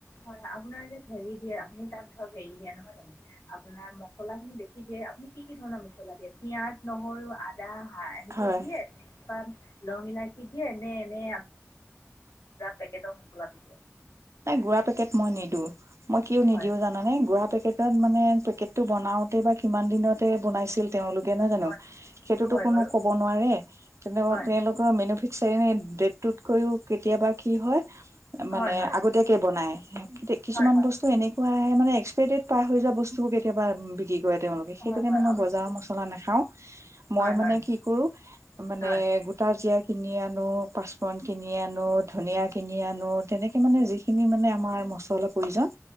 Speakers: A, on the left; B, on the right.
A: হয় আপোনাৰ যে ঘেলৰি দিয়ে আপুনি তাত ধৰক এৰি দিয়ে নহয় জানো। আপোনাৰ মছলা খিনি বেছি দিয়ে আপুনি কি- কি ধৰণৰ মছলা দিয়ে পিয়াজ নহৰু আদা নাই এনে
B: হয়।
A: ক দিয়ে লং ইলাই কি দিয়ে নেনে পেকেটৰ মছলা দি দিয়া
B: গুড়া পেকট মই নিদিো মই কিয় নিদিও
A: হয়
B: জানে গুৰা পেকেটত মানে টো বনাওতে বা কিমান দিনতে বনাইছিল। তেওলোকে নাজানো
A: হয় সেইটো
B: সেইটোতো
A: হয়
B: কোনো
A: বাৰু
B: কব নোৱাৰে তেনে
A: হয়
B: তেওলোকৰ মেনু ফিক্স ডটতকৈও কেতিয়াবা কি হয় মানে
A: হয় হয়
B: আগতীয়াকে বনায় কিছুমান
A: হয় হয়
B: বস্তু এনেকুৱা। তাই মানে এক্সপাই ডেট পাৰ হৈ যোৱা বস্তু কেতিয়াবা বিক্ৰী কৰে তেওঁলোকে সেইটো
A: হয়
B: কাৰণে
A: হয়
B: মই
A: আপুনি
B: বজাৰ মছলা নাখাওঁ। মই
A: হয়
B: মানে
A: হয়
B: কি কৰোঁ মানে
A: হয়
B: গোটা জিয়াৰ কিনি আনো, পাঁচফন কিনি আনো, ধনিয় কিনি আনো, তেনেকে। মানে যিখিনি মানে আমাৰ মছলা প্ৰয়োজন